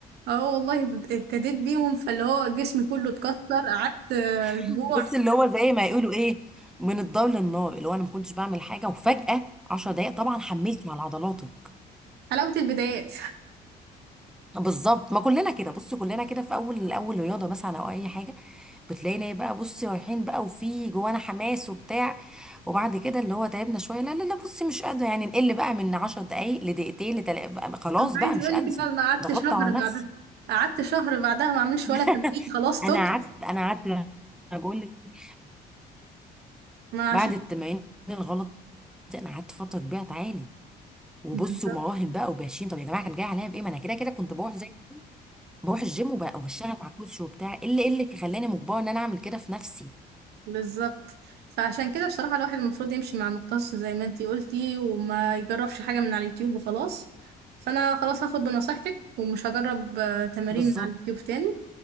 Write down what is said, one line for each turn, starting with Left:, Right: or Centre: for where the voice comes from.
Right: اه والله بت- ابتديت بيهم فاللي هو جسمي كله اتكسر قعدت آه،
Centre: <laughs>
Right: اسبوع
Centre: بصي اللي هو زي ما يقولوا ايه من الضل للنار اللي هو انا ما كنتش بعمل حاجة وفجأة 10 دقايق طبعا حملتي على عضلاتك
Right: حلاوه البدايات
Centre: بالظبط ما كلنا كده بصي كلنا كده في اول اول رياضه مثلا او اي حاجه بتلاقينا إيه بقى بصي رايحين بقى وفي جوانا حماس وبتاع وبعد كده اللي هو تعبنا شويه لا لا لا بصي مش قادره يعني نقل بقى من 10 دقائق لدقيقتين لتل... خلاص
Right: انا
Centre: بقى
Right: عايزه
Centre: مش
Right: اقول
Centre: قادره
Right: لك بقى انا قعدت
Centre: ضغطت
Right: شهر
Centre: على نفسي
Right: بعدها قعدت شهر بعدها ما اعملش
Centre: <laughs>
Right: ولا تمرين خلاص تبت
Centre: انا قعدت انا قعدت بقول لك
Right: ما
Centre: بعد
Right: عشان
Centre: التمارين الغلط دي انا قعدت فتره كبيره اتعالج وبصي
Right: بالظبط
Centre: ومراهم بقى وباشين طب يا جماعه كان جاي عليا بايه ما انا كده كده كنت بروح زي بروح الجيم وب- وبشتغل مع كوتش وبتاع ايه اللي إيه اللي خلاني مجبره ان انا اعمل كده في نفسي
Right: بالظبط فعشان كده بصراحه الواحد المفروض يمشي مع مختص زي ما انتي قلتي وما يجربش حاجه من على اليوتيوب وخلاص فانا خلاص هاخد بنصيحتك ومش هجرب آه، تمارين
Centre: بالظبط
Right: من على اليوتيوب تاني